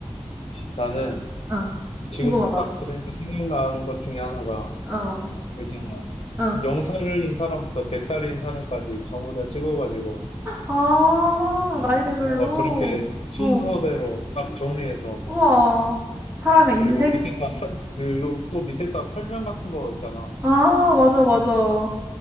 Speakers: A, on the left (about 70°); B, on the right (about 20°).
A: 나는,
B: 응.
A: 지금
B: 궁금하다.
A: 딱 들으니까 생각나는 것 중에 하나가
B: 어.
A: 있잖아.
B: 응.
A: 영살인 사람부터 백살인 사람까지 전부 다 찍어가지고
B: 아,
A: 어
B: 나이대별로.
A: 뭔가 그렇게 순서대로
B: 어.
A: 딱 정리해서
B: 우와. 사람의 인생?
A: 그리고 밑에다 설 그리고 또 밑에다 설명 같은 거 있잖아.
B: 아, 맞아, 맞아.